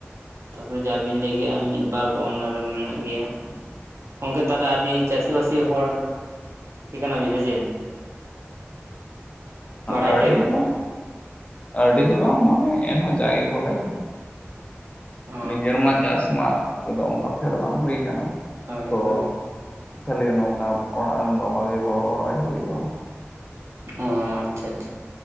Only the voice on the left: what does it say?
ᱟᱹᱰᱤ
ᱫᱚ ᱵᱟᱝ ᱟᱹᱰᱤ ᱫᱚ ᱵᱟᱝ ᱢᱚᱱᱮ ᱮᱱᱦᱚᱸ ᱡᱟᱜᱮ ᱵᱚᱞᱮ
ᱱᱤᱡᱮᱨ ᱢᱟ ᱪᱟᱥ ᱢᱟ ᱨᱮᱫᱚ ᱩᱱ ᱚᱠᱛᱮ ᱫᱚ ᱵᱟᱝ ᱦᱩᱭ ᱠᱟᱱᱟ᱾
ᱛᱚ
ᱠᱷᱟᱹᱞᱤ ᱱᱚᱝᱠᱟ ᱚᱲᱟᱜ ᱨᱮᱱ ᱵᱟᱵᱟᱭᱳ ᱦᱚᱲ ᱜᱚᱲᱚ ᱟᱭ ᱦᱩᱭᱩᱜᱼᱟ ᱾